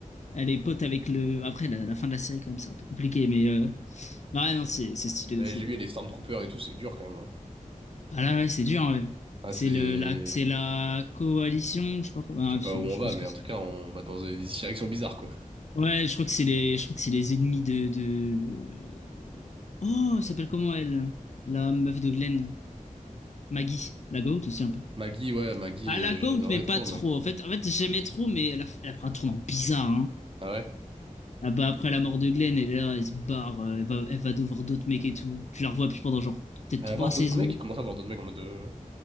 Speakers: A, on the left (about 55°); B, on the right (about 40°).
A: Elle est pote avec le. Après, la, la fin de la série, quand même, c'est un peu compliqué, mais. euh, Non, Ouais, non, c'est c'est stylé
B: Bah,
A: de fou.
B: j'ai vu, les Stormtroopers et tout, c'est dur quand même. hein.
A: Ah là, ouais, c'est dur, hein, ouais.
B: Ah,
A: C'est
B: c'est...
A: le, la, c'est la coalition, je sais pas quoi. bah,
B: Je sais pas
A: je
B: où on
A: je sais
B: va,
A: pas ce
B: mais
A: que
B: en
A: c'est.
B: tout cas, on va dans des directions bizarres, quoi.
A: Ouais, je crois que c'est les, je crois que c'est les ennemis de, de... Oh, elle s'appelle comment elle? La meuf de Glenn. Maggie. La goat aussi un peu.
B: Maggie, ouais, Maggie,
A: Ah,
B: euh,
A: la
B: j'adorais
A: goat, mais pas
B: trop,
A: trop.
B: Maggie.
A: En fait, en fait, j'aimais trop, mais elle a, elle a pris un tournant bizarre, hein.
B: Ah ouais?
A: Ah bah, après la mort de Glenn, elle est là, elle se barre, euh, elle va, elle va devoir d'autres mecs et tout. Tu la revois plus pendant genre peut-être
B: Elle
A: trois
B: va voir
A: saisons.
B: d'autres mecs? Comment ça, voir d'autres mecs en mode... euh,